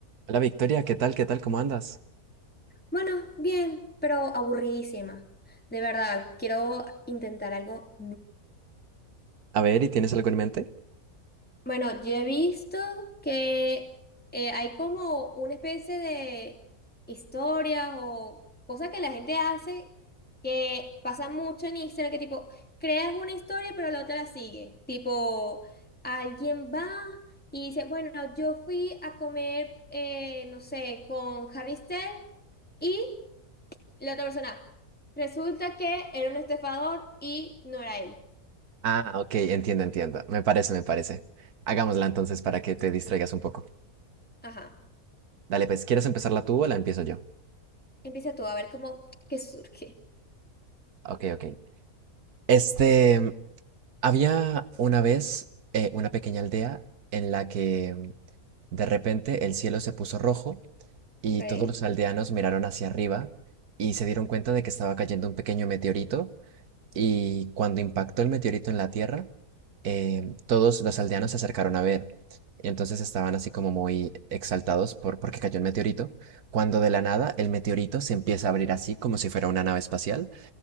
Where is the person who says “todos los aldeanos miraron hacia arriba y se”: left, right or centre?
Right